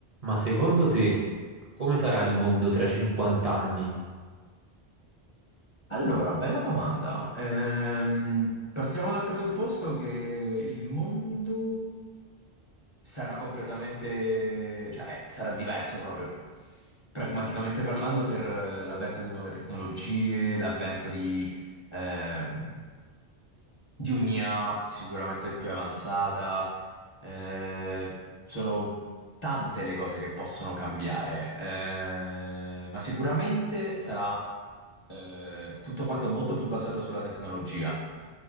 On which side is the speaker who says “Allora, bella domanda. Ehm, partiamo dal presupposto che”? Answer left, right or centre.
Left